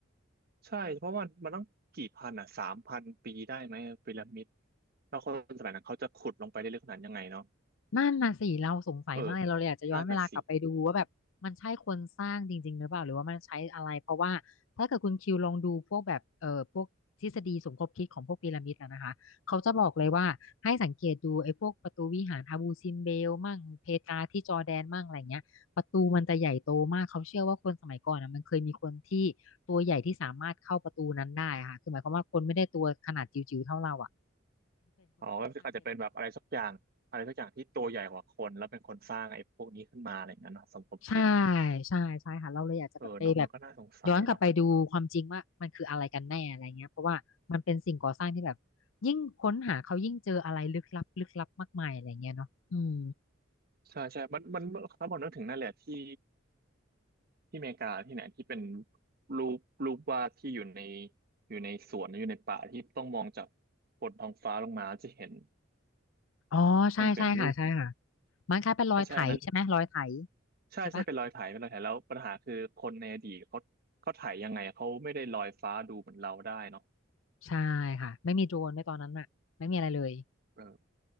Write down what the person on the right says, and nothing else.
ใช่เพราะมันมันต้องกี่พันอ่ะสามพันปีได้ไหมพีระมิดแล้วคนสมัยนั้นเขาจะขุดลงไปได้ลึกขนาดยังไงเนาะ
เออนั่นน่ะสิอ๋อก็อาจจะเป็นแบบอะไรสักอย่างอะไรสักอย่างที่ตัวใหญ่กว่าคนแล้วเป็นคนสร้างไอ้พวกนี้ขึ้นมาอะไรอย่างนั้นเนอะสมคมคิด
เออเนาะมันก็น่าสงสัยเนาะ
ใช่ใช่มันมันถ้าบอกนึกถึงนั่นแหละที่ ที่อเมริกาที่ไหนที่เป็นรูปรูปวาดที่อยู่ในอยู่ในสวนอยู่ในป่าที่ต้องมองจากบนท้องฟ้าลงมาจะเห็น
มันเป็นรูป
ใช่ใช่อันนั้นใช่ใช่เป็นรอยไถเป็นรอยไถแล้วปัญหาคือคนในอดีตเขาเขาไถยังไงเขาไม่ได้ลอยฟ้าดูเหมือนเราได้เนาะ
เออ